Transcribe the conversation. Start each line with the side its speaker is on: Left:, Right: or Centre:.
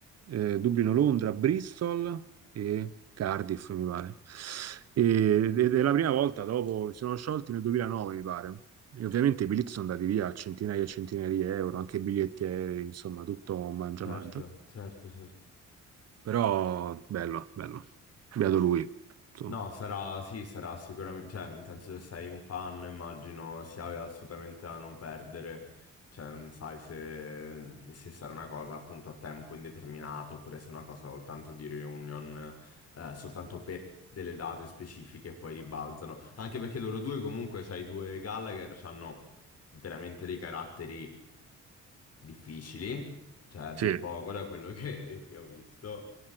Right: eh, Dublino, Londra, Bristol e Cardiff, mi pare. E- ed è la prima volta dopo, si sono sciolti nel 2009, mi pare. E ovviamente i biglietti sono andati via a centinaia e centinaia di euro, anche i biglietti aerei, insomma, tutto un mangia
Left: Certo,
Right: mangia.
Left: certo, certo.
Right: Però bello, bello. Beato lui, insomma.
Left: No, sarà, sì, sarà sicuramente, cioè, nel senso se sei un fan, immagino sia assolutamente da non perdere, cioè, non sai se, se sarà una cosa appunto a tempo indeterminato oppure se è una cosa soltanto di reunion, eh, soltanto per delle date specifiche e poi ribalzano, anche perché loro due comunque, cioè, i due Gallagher hanno veramente dei caratteri difficili, cioè, a dir
Right: Sì,
Left: poco da quello che che ho visto.